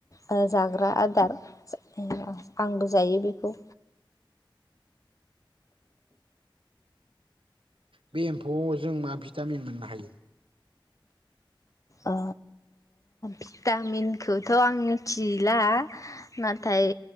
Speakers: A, on the left (about 40°); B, on the right (about 80°).
A: ओ जाग्रा आदार आंबो जायो बेखौ।
B: बे एम्फौआव जों मा भिटामिन मोननो हायो?
A: ओ भिटामिनखौथ' आं मिथिला नाथाय